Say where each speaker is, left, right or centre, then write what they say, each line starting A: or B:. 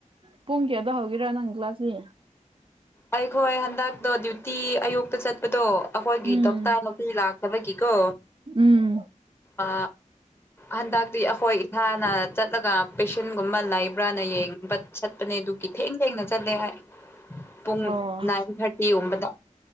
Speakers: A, on the right; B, on the left.
A: ꯄꯨꯡ ꯀꯌꯥꯗ ꯍꯧꯒꯦꯔꯥ ꯅꯪ ꯀ꯭ꯂꯥꯁꯁꯤ
B: ꯑꯩꯈꯣꯏ ꯍꯟꯗꯛꯇꯣ ꯗ꯭ꯌꯨꯇꯤ ꯑꯌꯨꯛꯇ ꯆꯠꯄꯗꯣ ꯑꯩꯈꯣꯏꯒꯤ
A: ꯎꯝ
B: ꯗꯣꯛꯇꯔ ꯅꯨꯄꯤ ꯂꯥꯛꯇꯕꯒꯤꯀꯣ
A: ꯎꯝ
B: ꯑ ꯍꯟꯗꯛꯇꯤ ꯑꯩꯈꯣꯏ ꯏꯁꯥꯅ ꯆꯠꯂꯒ ꯄꯦꯁꯟꯒꯨꯝꯕ ꯂꯩꯕ꯭ꯔꯥꯅ ꯌꯦꯡꯉꯤ ꯕꯠ ꯆꯠꯄꯅꯦ ꯑꯗꯨꯒꯤ ꯊꯦꯡ ꯊꯦꯡꯅ ꯆꯠꯂꯦ ꯍꯥꯏ ꯄꯨꯡ
A: ꯑꯣ
B: ꯅꯥꯏꯟ ꯊꯥꯔꯇꯤꯒꯨꯝꯕꯗ